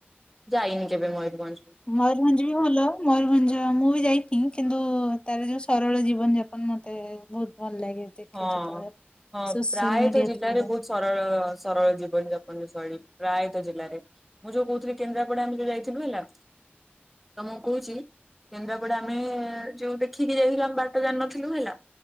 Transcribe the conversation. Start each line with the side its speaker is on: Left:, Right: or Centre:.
Centre: ଯାଇନି କେବେ ମୟୂରଭଞ୍ଜ। ମୁଁ।
Left: ମୟୂରଭଞ୍ଜ ବି ଭଲ। ମୟୂରଭଞ୍ଜ ମୁଁ ବି ଯାଇଥି କିନ୍ତୁ ତାର ଯୋଉ ସରଳ ଜୀବନ ଯାପନ ମତେ-ଏ-ଏ ବହୁତ ଭଲ ଲାଗେ ଦେଖେ
Centre: ହଁ,
Left: ଯେତେବେଳେ
Centre: ହଁ
Left: ସୋସିଆଲ
Centre: ପ୍ରାୟତଃ
Left: ମିଡିଆ
Centre: ଜିଲ୍ଲାରେ
Left: ଥ୍ରୁରେ।
Centre: ବହୁତ ସରଳ ସରଳ ଜି ଜୀବନଯାପନ ଶୈଳୀ ପ୍ରାୟତଃ ଜିଲ୍ଲାରେ ମୁଁ ଯୋଉ କହୁଥିଲି କେନ୍ଦ୍ରାପଡା ଆମେ ଯୋଉ ଯାଇଥିଲୁ ହେଲା ତମକୁ କହୁଛି କେନ୍ଦ୍ରାପଡା ଆମେ ଯୋଉ ଦେଖିକି ଯାଇଥିଲୁ ଆମେ ବାଟ ଜାଣିନଥିଲୁ ହେଲା